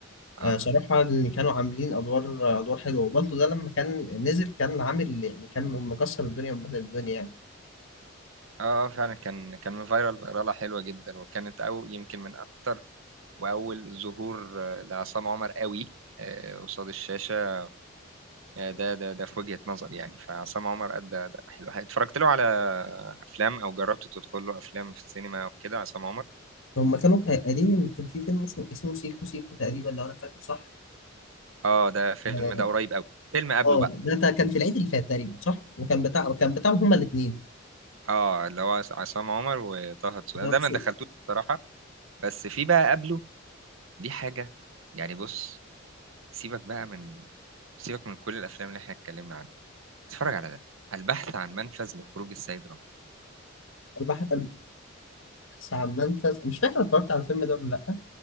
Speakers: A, on the right (about 80°); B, on the left (about 85°).
A: اه
B: آه، صراحة إن كانوا عاملين أدوار أدوار حلوة وبالتو ده لما كان نزل كان عامل يعني كان مكسر الدنيا ومبهدل الدنيا يعني
A: اه فعلا كان كان فايرال فيراله حلوه جدا وكانت او يمكن من اكتر واول ظهور آه، لعصام عمر قوي آه، قصاد الشاشه آه، ده ده ده في وجهه نظري يعني فعصام عمر ادى اداء حلو اتفرجت له على افلام او جربت تدخل له افلام في السينما وكده عصام عمر
B: هما كانوا قايلين إن كان في فيلم اسمه اسمه سيكو سيكو تقريبا لو أنا فاكر صح
A: اه ده فيلم
B: اه
A: ده قريب قوي فيلم قبله
B: آه،
A: بقى
B: ده تا- كان في العيد اللي فات تقريبا صح وكان بتاع كان بتاعهم هما الاثنين
A: اه اللي هو عصام عمر وطه دسوقي
B: البحث
A: انا ده ما دخلتوش بصراحه بس في بقى قبله دي حاجه يعني بص سيبك بقى من سيبك من كل الافلام اللي احنا اتكلمنا عنها اتفرج على ده البحث عن منفذ لخروج السيد رامبو
B: البحث عن منفذ مش فاكر اتفرجت على الفيلم ده ولا لا